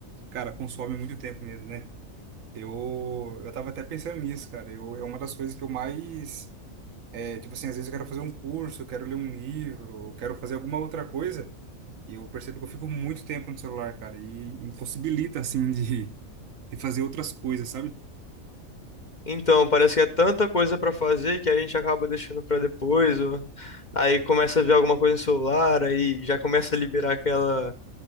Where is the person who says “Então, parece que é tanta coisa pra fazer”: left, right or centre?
Left